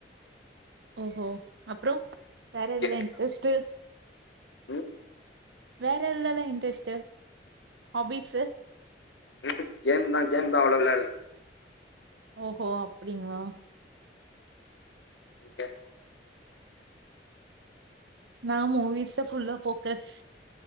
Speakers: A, on the right; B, on the left.
A: ஓஹோ அப்றோ வேற எதுல
B: கேம்
A: இன்ரெஸ்டு
B: ம்
A: வேற எல்ல இல்லா இன்ட்ரெஸ்ட் ஹாபிஸு
B: ம் கேம்தா தா அவ்ளோ விளையாடு
A: ஓ ஓஹோ அப்பிடிங்களா
B: நீங்க
A: நா மூவிஸ் ஃபுல்ல போக்கஸ்